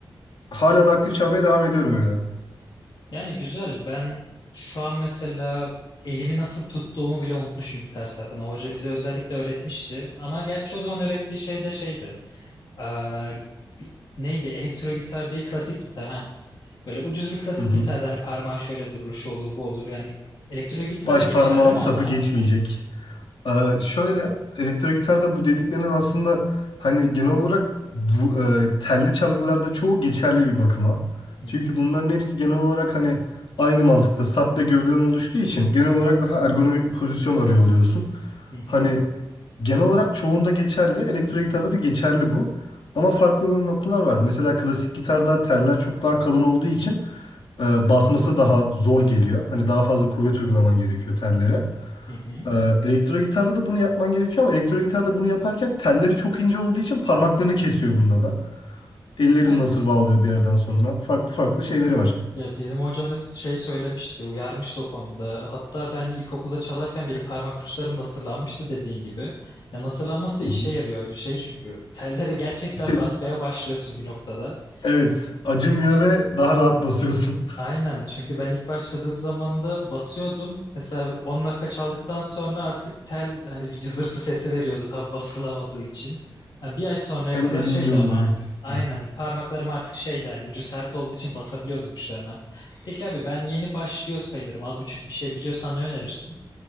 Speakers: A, on the left (about 85°); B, on the left (about 65°).
A: Hala da aktif çalmaya devam ediyorum öyle.
B: Yani güzel. Ben şu an mesela elimi nasıl tuttuğumu bile unutmuşum gitar sapına. Hoca bize özellikle öğretmişti. Ama gerçi o zaman öğrettiği şey de şeydi. Aa, bi- neydi? Elektro gitar değil, klasik gitar. Ha. Böyle ucuz bir klasik
A: Hı hı.
B: gitarda hani parmağın şöyle durur, şu olur, bu olur. Yani elektro gitar
A: Baş
B: da geçerli
A: parmağın
B: mi
A: sapı
B: onlar?
A: geçmeyecek. Ee, şöyle elektro gitarda bu dediklerinin aslında hani genel olarak bu e, telli çalgılarda çoğu geçerli bir bakıma.
B: Hı
A: Çünkü
B: hı,
A: bunların hepsi genel olarak hani aynı mantıkta sap ve gövdeden oluştuğu için genel olarak daha ergonomik bir pozisyon arıyor oluyorsun.
B: hı hı,
A: Hani genel olarak çoğunda geçerli, elektro gitarda da geçerli bu. Ama farklı olan noktalar var. Mesela klasik gitarda teller çok daha kalın olduğu için e, basması daha zor geliyor. Hani daha fazla kuvvet uygulaman gerekiyor tellere.
B: hı hı.
A: Ee, elektro gitarda da bunu yapman gerekiyor ama elektro gitarda bunu yaparken telleri çok ince olduğu için parmaklarını kesiyor bunda da. Ellerini
B: Evet.
A: nasır bağlıyor bir yerden sonra. Farklı farklı şeyleri var.
B: Ya bizim hocamız şey söylemişti, uyarmıştı o konuda. Hatta ben ilkokulda çalarken benim parmak uçlarım nasırlanmıştı dediğin gibi. Ya nasırlanması da
A: Hı
B: işe
A: hı.
B: yarıyor. Şey çünkü tellere gerçekten
A: Hisset,
B: basmaya başlıyorsun bir noktada.
A: evet, acımıyor
B: Çünkü
A: ve daha rahat basıyorsun.
B: Aynen çünkü ben ilk başladığım zaman da basıyordum. Mesela 10 dakika çaldıktan sonra artık tel hani bir cızırtı sesi veriyordu tam basılamadığı için. Yani bir ay sonraya
A: <laughs> Hem
B: kadar
A: elin
B: şeydi
A: yoruluyor.
B: ama aynen
A: Hı.
B: parmaklarım artık şeydi hani ucu sert olduğu için basabiliyordum uçlarına. Peki abi ben yeni başlıyor sayılırım. Az buçuk bir şey biliyorsan ne önerirsin?